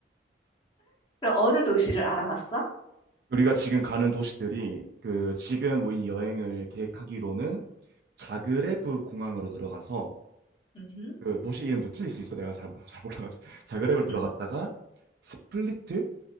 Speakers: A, on the left (about 30°); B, on the right (about 60°).
A: 그럼 어느 도시를 알아봤어?
B: 우리가 지금 가는 도시들이 그 지금 뭐이 여행을 계획하기로는 자그레브 공항으로 들어가서
A: 음.
B: 그 도시 이름도 틀릴 수 있어. 내가 잘, 잘 몰라가지고. <laughs> 자그레브를 들어갔다가
A: 음.
B: 스플리트?